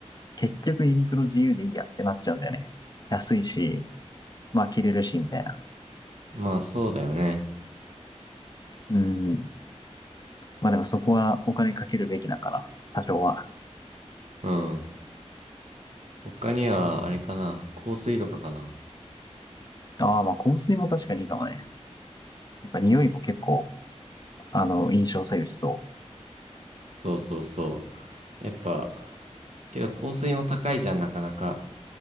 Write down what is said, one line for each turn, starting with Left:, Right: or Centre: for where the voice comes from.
Left: 結局ユニクロ自由でいいやってなっちゃうんだよね。安いし、まあ着れるし、みたいな。
Right: まあそうだよね。
Left: うん。まあでもそこはお金かけるべきなんかな。多少は。
Right: うん。他には、あれかな。香水とかかな。
Left: ああ、まあ香水も確かにいいかもね。やっぱ匂いも結構、あの、印象左右しそう。
Right: そうそうそう。やっぱ、けど香水も高いじゃん、なかなか。